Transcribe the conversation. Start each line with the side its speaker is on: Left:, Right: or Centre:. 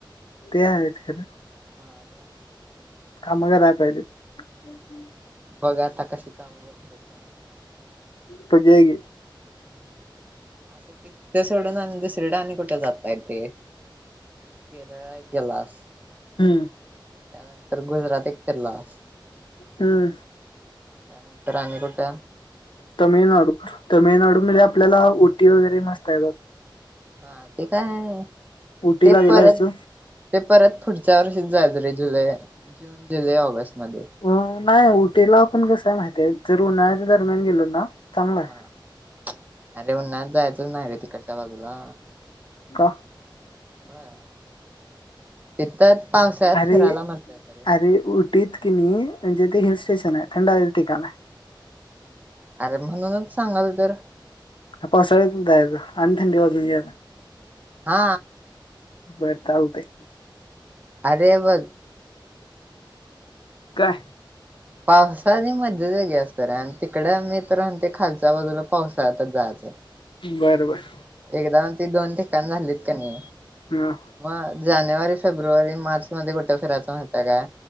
Left: ते आहेत खरं
Right: हा मग,
Left: काम कराय पाहिजेत. <inaudible>
Right: बगुया आता कशी काम करतोयस.
Left: कधी हाय की.
Right: हम्म असं कि ते सोडून आणि दुसरीकड आणि कुठ जाताय. काय ते, केरळला एक गेलास.
Left: हम्म
Right: त्यानंतर गुजरात एक फिरलास.
Left: हम्म
Right: त्या नंतर तर आणि कुट,
Left: तमिळनाडू, तमिळनाडू ममध्ये आपल्याला उटी वगैरे मस्त आहे बग.
Right: हा ते काय,
Left: उटीला
Right: ते
Left: गेलायस
Right: परत
Left: तू
Right: ते परत फुडच्या त्या वर्षीच जायच रे, जुलै जून जुलै ऑगस्ट. मध्ये
Left: अ नाय उटीला पण कसाय माहित तेचं जर उन्हाळयाच्या दरम्यान गेलों ना. चांगला
Right: हा..
Left: आहे
Right: अरे, उन्हाळ्यात जायच चं नाय रे तिकडच. त्या बाजूला.
Left: का
Right: होय. तिथंच पावसाळ्यात
Left: अरे
Right: फिरायला मज्जा येते रे
Left: अरे उठीत किनी, म्हणजे, ते हिल स्टेशन आहे थंड हवेचं ठिकाण आहे.
Right: अरे म्हणूनच सांगालो तर,
Left: हा पावसाळ्यात जायच, आणि थंडी वाजून घ्याला.
Right: हा.
Left: बर चालतय.
Right: अरे बग.
Left: काय?
Right: पावसाची मज्जाचं वेगळीच असते रे. आणि तिकडे मित्र म्हणतोय खालच्या बाजूला पावसाळ्यात जायचं.
Left: बरं बरं.
Right: एकदा म्हणतो, दोन ठिकाण झालीत कनी.
Left: हा
Right: मग जानेवारी फेब्रुवारी मार्च मध्ये कुठं कुठं फिरायचं. म्हाताऱ्या